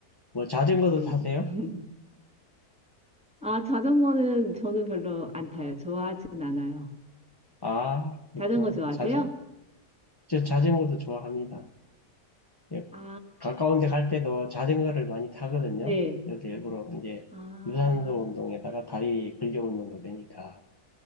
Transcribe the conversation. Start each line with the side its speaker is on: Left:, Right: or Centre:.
Left: 뭐 자전거도
Centre: 네.
Left: 타세요?
Centre: <laughs> 아, 자전거는 저는 별로 안 타요. 좋아하진 않아요.
Left: 아, 그렇구나.
Centre: 자전거 좋아하세요?
Left: 자전, 저 자전거도 좋아합니다. 예,
Centre: 아,
Left: 가까운 데 갈 때도 자전거를 많이 타거든요.
Centre: 네.
Left: 그래서 일부러 이제
Centre: 아,
Left: 유산소 운동에다가 다리 근력 운동도 되니까.